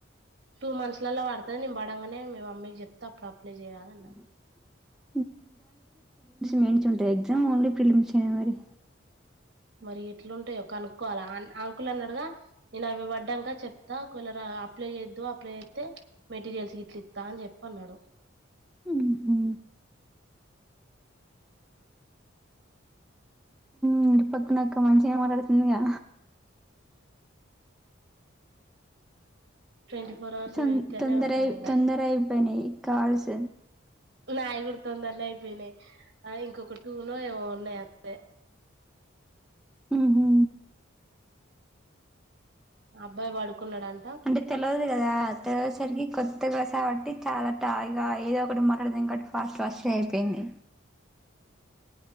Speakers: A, on the right; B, in the centre.
A: టూ మంత్స్ లలో పడతది నేను పడంగానే మ మమ్మీకి చెప్తా అప్పుడు అప్లై
B: <unintelligible>
A: చేయరాదు అన్నది
B: మెయిన్స్ ఉంటయి ఎగ్జామ్ ఓన్లీ ప్రిలిమ్సే మరి
A: మరి ఎట్లుంటాయో కనుక్కోవాలి ఆంకులు అన్నాడుగా నేను అవి పడ్డాక చెప్తా ఒక వలరా అప్లై చేద్దు అప్లై చేత్తే మెటీరియల్స్ ఇట్లు ఇస్తా అని చెప్పి అన్నాడు
B: హుహు. ఇంటి పక్కన అక్క మంచి ఏం అడుగుతుందిగా
A: ట్వంటీ ఫోర్ అవర్స్
B: చాన్
A: మేము
B: తొంద
A: ఇక్కడనే
B: తొందరయి
A: ఉంటాం ఇక
B: తొందర అయిపోయినియి కాల్స్
A: నాయి గూడా తొందరనే అయిపోయినయి ఆ ఇంకొక టూనో ఏమో ఉన్నాయి అంతే
B: ఊహూ
A: ఆ అబ్బాయి పడుకున్నాడం
B: అంటే తెలవదు కదా తెలియేసరికి కొ కొత్తగా కాబట్టి చాలా టాయ్ గా ఏదో ఒకటి మాట్లాడతు ఇంకోటి ఫాస్ట్ ఫాస్ట్ గా అయిపోయింది